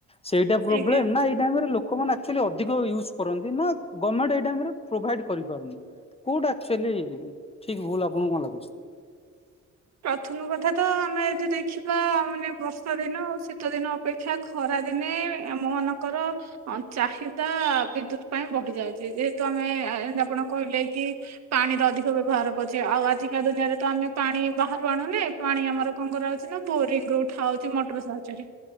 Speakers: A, on the left; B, on the right.
A: ସେଇଟା ପ୍ରୋବ୍ଲେମ୍
B: ଆଜ୍ଞା
A: ନା ଏଇ ଟାଇମ୍ ରେ ଲୋ କମାନେ ଆକ୍ଚୁଆଲି ଅଧିକ ୟୁଜ୍ କରନ୍ତି ନା ଗମେଣ୍ଟ୍ ଏଇ ଟାଇମ୍ ରେ ପ୍ରୋଭାଇଡ୍ କରିପାରୁନି କୋଉଟା ଆକ୍ଚୁଆଲି ଠିକ୍ ଭୁଲ୍ ଆପଣଙ୍କୁ କଣ ଲାଗୁଚି?
B: ପ୍ରଥମ କଥା ତ ଆମେ ଯଦି ଦେଖିବା ମାନେ ବର୍ଷାଦିନ ଆଉ ଶୀତଦିନ ଅପେକ୍ଷା ଖରାଦିନେ ଆମ ମାନଙ୍କର ଅଁ ଚାହିଦା ବିଦ୍ୟୁତ୍ ପାଇଁ ବଢ଼ି ଯାଉଚି ଯେହେତୁ ଆମେ ଏ ଏମ୍ ତି ଆପଣ କହିଲେ କି ପାଣିର ଅଧିକ ବ୍ୟବହାର କରୁଚେ ଆଉ ଆଜିକା ଦୁନିଆରେ ତ ଆମେ ପାଣି ବାହାରୁ ଆଣୁନି ପାଣି ଆମର କଣ କରାହଉଚି ନା ବୋରିଂ ରୁ ଉଠା ହଉଛି ମଟର ସାହାଯ୍ୟରେ